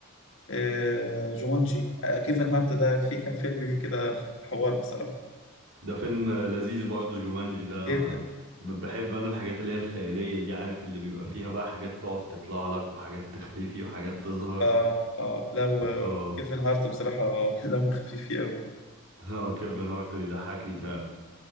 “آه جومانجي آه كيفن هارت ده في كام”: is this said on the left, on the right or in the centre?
Left